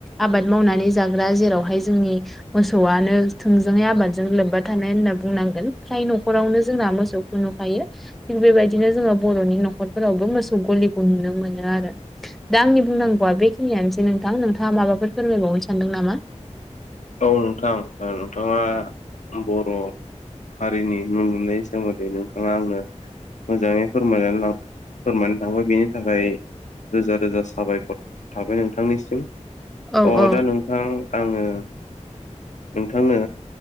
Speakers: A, in the centre; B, on the left.
A: आबाद मावनानै जाग्रा जेरावहाय जोंनि मोसौआनो थोंजोङै आबादजों लोब्बा थानाय होनना बुंनांगोन फ्राय न'खरावनो जोंना मोसौ नुुखायो थिग बेबायदिनो जोङो बर'नि न'खरफोरावबो मोसौ गलिखौ नुनो मोनो आरो दा आंनि बुंनांगौआ बेखिनियानोसै नोंथां नोंथाङा माबाफोर फोरमायबावनो सानदों नामा
B: औ नोंथां ओ नोंथाङा बर हारिनि न लुनायनि सोमोन्दै नोंथाङा आंनो मोजाङै फोर फोरमनानै थांबाय बिनि थाखाय रोजा रोजा साबायखर थाबाय नोंथांनिसिम
A: औ
B: अ
A: औ
B: दा नोंथां आङो नोंथांनो